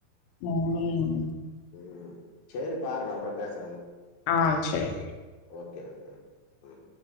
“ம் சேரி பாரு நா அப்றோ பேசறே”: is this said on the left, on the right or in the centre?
Left